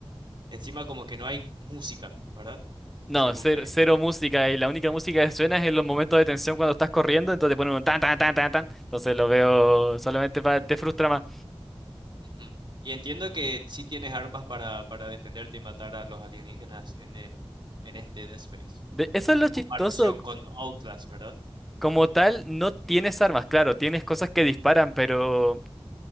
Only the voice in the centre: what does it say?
No,
cero,
cero música y la única música que suena es en los momentos de tensión cuando estás corriendo, entonces te ponen un tan tan tan tan tan. Entonces lo veo solamente para te frustra más.
De- eso es
lo
chistoso.
Como tal, no tienes armas, claro, tienes cosas que disparan, pero